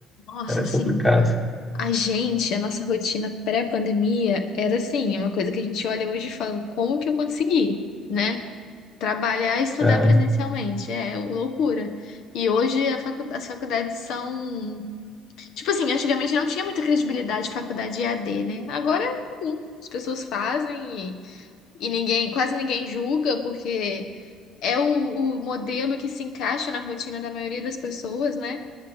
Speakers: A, on the left; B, on the left.
A: Nossa,
B: Era
A: assim,
B: complicado.
A: a gente, a nossa rotina pré-pandemia era assim, uma coisa que a gente olha hoje e fala, como que eu consegui, né? Trabalhar e estudar
B: né?
A: presencialmente, é loucura. E hoje a facu- as faculdades são, tipo assim, antigamente não tinha muita credibilidade de faculdade EAD, né? Agora é comum, as pessoas fazem e, e ninguém, quase ninguém julga, porque é o o modelo que se encaixa na rotina da maioria das pessoas, né?